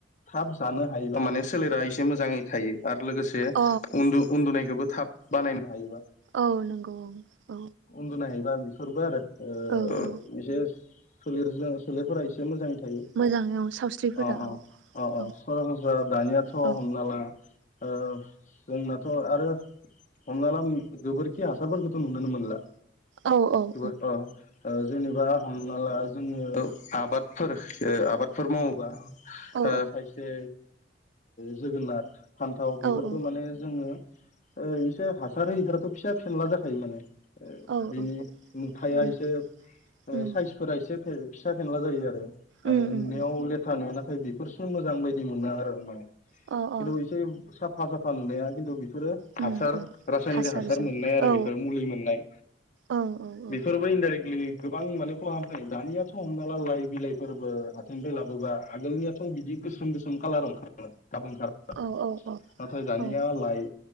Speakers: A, on the left; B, on the right.
A: थाब जानो हायोबा माने सोलेरा एसे मोजाङै थायो आरो लोगोसे
B: अ
A: उन्दु उन्दुनायखौबो थाब बानायनो हायोबा
B: औ नंगौ औ
A: उन्दुनो हायोबा बिफोरबो आरो
B: औ
A: ओ
B: औ
A: एसे सोलेरजों सोलेरफोरा एसे मोजां थायो
B: मोजाङै औ सावस्रिफोरा
A: अअ
B: औ
A: अअ
B: औ
A: सरासनस्रा दानियाथ'
B: औ
A: हमना ला ओ जोंनाथ' आरो हमना ला गोबोरखि हासारफोरखौथ' नुोनोनो मोनला
B: औ-औ-औ
A: जोबोर ओ ओ जेनेबा हमना ला जोङो आबादफोर ओ आबादफोर मावोबा
B: औ
A: खायसे जोगोनाथ फान्थाव बेफोरखौ
B: औ औ
A: माने जोङो इसे हासार होयि फोराथ' फिसा फेनला जाखायो माने
B: औ औ
A: बिनि मुथाया
B: उम
A: एसे
B: उम
A: साइसफोरा एसे फिसा फेनला जायो आरो माने
B: उम उम
A: नुनायाव लेथ्रा नुनाथाय बि बेफोरसो मोजां बायदि मोना आरो माने खिन्थु
B: अ अ
A: एसे साफा साफा नुनाया खिन्थु बिफोरो
B: उम
A: हासार रासायनिक
B: हासारजों
A: हासार मोननाय आरो
B: औ
A: बेफोरो मुलि मोननाय
B: औ औ
A: बेफोरबो इनडायरेक्टलि गोबां माने खहाबनो हायो दानियाथ' हमना ला लाइ बिलाइफोरबो बेनिफ्राय लाबोबा आगोलनियाथ' बिदि गोसोम गोसोम कालार ओंखारोमोन <unintelligible>
B: औ औ औ
A: नाथाय दानिया
B: औ
A: लाइ